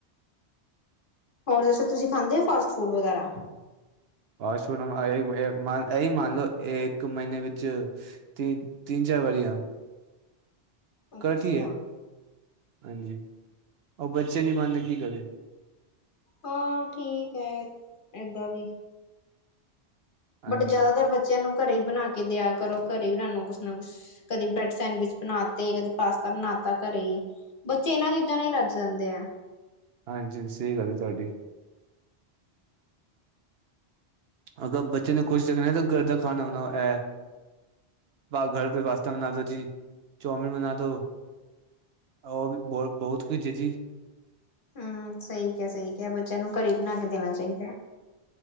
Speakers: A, on the left; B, on the right.
A: ਹੋਰ ਜਸ ਤੁਸੀਂ ਖਾਂਦੇ ਹੋ, ਫਾਸਟ ਫੂਡ ਵਗੈਰਾ?
B: ਬ ਸੁਣ ਇਹੀ ਮੰਨ ਲਓ, ਇੱਕ ਮਹੀਨੇ ਵਿੱਚ। ਤ ਤਿੰਨ ਚਾਰ ਵਾਰੀਆਂ।
A: ਅੱਛਾ
B: ਕਠ ਹੀ ਹੈ, ਹਾਂਜੀ ਉਹ ਬੱਚੇ ਨੀ ਮੰਨਦੇ ਕੀ ਕਰਦੇ।
A: ਹਾਂ ਠੀਕ ਹੈ, ਏਦਾਂ ਵੀ।
B: ਹਾਂਜੀ
A: ਬਟ ਜ਼ਿਆਦਾਤਰ ਬੱਚਿਆਂ ਨੂੰ ਘਰੇ ਹੀ ਬਣਾ ਕੇ ਦਿਆ ਕਰੋ, ਘਰੇ ਹੀ ਬਣਾ ਕੁਛ ਨਾ ਕੁਛ। ਕਦੇ ਬ੍ਰੈਡ ਸੈਂਡਵਿਚ ਬਣਾਤੇ ਕਦੀ, ਪਾਸਤਾ ਬਣਾ ਤਾ ਘਰੇ ਹੀ। ਬੱਚੇ ਇਹਨਾਂ ਚੀਜ਼ਾਂ ਨਾਲ ਹੀ ਰੱਜ ਦਿੰਦੇ ਆ।
B: ਹਾਂਜੀ-ਹਾਂਜੀ ਸਹੀ ਗੱਲ ਹੈ, ਤੁਹਾਡੀ। ਅਗਰ ਬੱਚੇ ਨੂੰ ਖੁਸ਼ ਦੇਖਣਾ, ਤਾਂ ਘਰ ਦਾ ਖਾਣਾ ਬਣਾ ਇਹ ਬਾ ਘਰ ਪੇ ਪਾਸਤਾ ਬਣਾ ਦੋ, ਜੀ ਚਾਮਨ ਬਣਾ ਦੋ। ਹੋਰ ਬਹੁਤ-ਬਹੁਤ ਕੁਝ ਜੀ।
A: ਹੂੰ ਸਹੀ ਕਿਹਾ -ਸਹੀ ਕਿਹਾ। ਬੱਚਿਆਂ ਨੂੰ ਘਰੇ ਹੀਂ ਬਣਾ ਕੇ, ਦੇਣਾ ਚਾਹੀਦਾ ਹੈ।